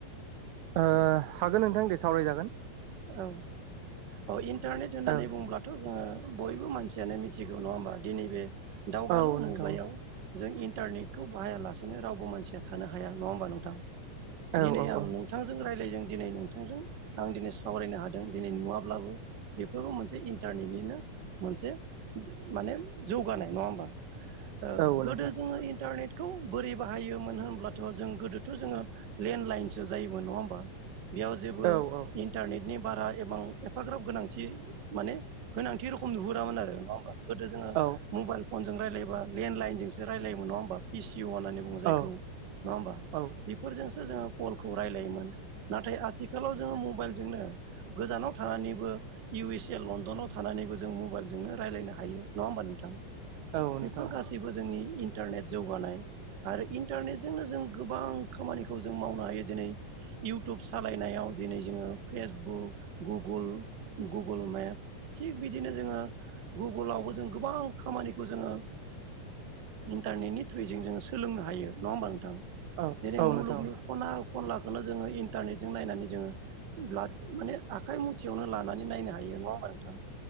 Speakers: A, on the right; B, on the right.
A: ओ हागोन नोंथां दे सावरायजागोन
B: औ ओ इन्टारनेट होननानै
A: औ
B: बुंङोब्लाथ' जोङो बयबो मानसिआनो मिथिगौ नङा होमबा दिनै बे दावगालु
A: औ
B: मुगायाव
A: नोंथां
B: जों इन्टारनेटखौ बाहायालासेनो रावबो मानसिया थानो हाया नङा होमबा नोंथां दिनै
A: औ औ
B: आं
A: औ
B: नोंथांजों रायज्लायजों दिनै नोंथांजों आं दिनै साव सावरायनो हादों दिनै नुवाब्लाबो बेफोरबो मोनसे इन्टारनेटनिनो मोनसे माने जौगानाय नङा होमबा ओ
A: औ
B: गोदो
A: नोंथां
B: जोङो इन्टारनेट खौ बोरै बाहायोमोन होनब्लाथ' जों गोदोथ' जोङो लेन्डलाइनसो जायोमोन नङा होमबा बेयाव जेबो
A: औ औ
B: इन्टारनेटनि बारा एबां एफाग्राब गोनांथि माने गोनांथि रोखम नुहुरामोन आरो नङा होमबा गोदो जोङो
A: औ
B: मबाइल फन जों रायलायो यबा लेनलाइनजों रायजलायोमोन नङा होमबा पिसिउ होननानै बुङो जायखौ
A: औ
B: नङा होमबा
A: औ
B: बेफोरजों जों कल खौ रायलायोमोन नाथाय आथिखालाव जों मबाइल जों गोजानाव थानानैबो इउ एस ए लण्डनाव थानानैबो जों मबाइलजोंनो राय्लायनो हायो नङा होमबा नोंथां
A: औ
B: बेफोर
A: नोंथां
B: गासैबो जोंनि इन्टारनेट जौगानाय आरो इन्टारनेटजोंनो जों गोबां खामानिखौ जों मावनो हायो जेरै इउटुब सालायनायाव दिनै जोङो फेसबुक गुगोल गुगोल मेप थिग बिदिनो जोङो गुगोलावबो जों गोबां खामानिखौ जोङो इन्टारनेटनि थ्रुयजों जोङो सोलोंनो होनबा नङा होमबा नोंथां
A: औ
B: जेरै
A: औ नोंथां औ नोंथां औ
B: मुलुगनि
A: नोंथां
B: खना खनलाखौनो जोङो इन्टारनेटजों नायनानै जोङो दा माने आखाइ मुथिआवनो लानानै नायनो हायो नङा होमबा नोंथां